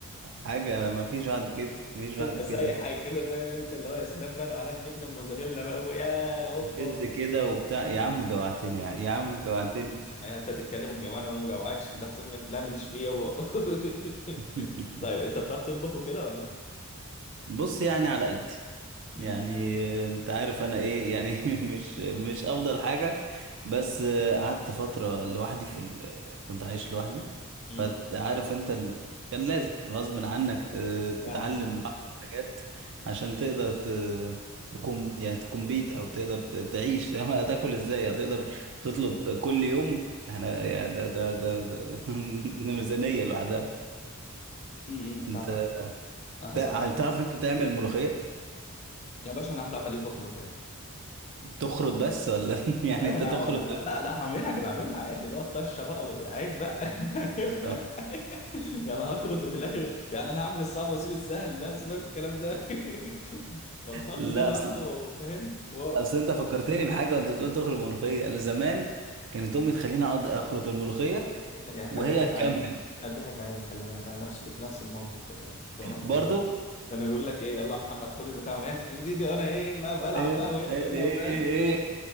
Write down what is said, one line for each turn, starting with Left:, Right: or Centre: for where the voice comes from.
Right: حاجة ما فيش بعد كده ما فيش بعد
Left: تبقى
Right: كده
Left: سايحة كده فاهم انت اللي هو يا سلام بقى لو عليها الجبنة الموزاريلا بقى يا هوبا
Right: شد كده وبتاع
Left: <laughs>
Right: يا عم جوعتني يا يا عم جوعتني
Left: يعني انت تتكلم وتجوعني وانا ما جوعكش ده احسن من لا ماليش فيه يابا <laughs>
Right: <laughs>
Left: طيب انت بتعرف تطبخ وكده ولا لا؟
Right: بص يعني على قدي
Left: امم
Right: يعني انت عارف انا ايه يعني <laughs> مش مش افضل حاجة بس قعدت فترة لوحدي في ال... كنت عايش لوحدي
Left: امم.
Right: فعارف انت ال... كان لازم غصب عنك ت... تتعلم
Left: فاهمك فاهمك
Right: بعض الحاجات عشان تقدر ت... تكون يعني تكمبيت او تقدر ت... تعيش <laughs> هتاكل ازاي هتقدر تطلب كل يوم احنا يعني ده ده ده, ده... <laughs> ميزانية لوحدها
Left: امم
Right: انت
Left: فاهمك انا
Right: تع-
Left: صراحة
Right: تعرف انت تعمل ملوخية
Left: يا باشا انا احلى واحد يخبط ملوخية
Right: تخرط بس ولا <laughs> يعني
Left: لا ما
Right: انت
Left: انا
Right: تخرط
Left: لا لا هعملها انا بعملها عادي اللي هو الطشه بقى عيب بقى <laughs> عيب بقى
Right: آه.
Left: يعني انا هخرط في الاخر يعني انا هعمل الصعب واسيب السهل لا سيبك من الكلام ده <laughs> فالخط
Right: لا
Left: ده لوحده
Right: اصل
Left: فاهم حوار
Right: اصل انت فكرتني بحاجه وانت بتقول تخرط ملوخيه انا زمان كانت امي تخليني اقعد اخرط الملوخيه
Left: يعني احنا
Right: وهي
Left: اتضحك
Right: تكمل
Left: علينا احنا اتضحك علينا خلي بالك انا نفسي كنت نفس الموقف خلي بالك كنت وانا صغير
Right: برضو
Left: كانوا بيقول لك ايه يلا يا محمد خد البتاع وايه انديدي وانا ايه بقى بلعب
Right: ايه
Left: بقى وايه
Right: ايه
Left: ويلا
Right: ايه,
Left: فاهم
Right: إيه.